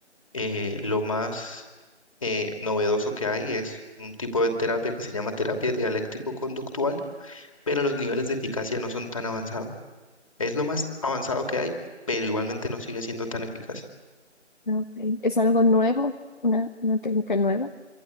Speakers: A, on the left; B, on the left.
A: eh, lo más eh, novedoso que hay es un tipo de terapia que se llama terapia dialéctico-conductual, pero los niveles de eficacia no son tan avanzados. Es lo más avanzado que hay, pero igualmente no sigue siendo tan eficaz.
B: Mm, ok. ¿Es algo nuevo? ¿Una, una técnica nueva?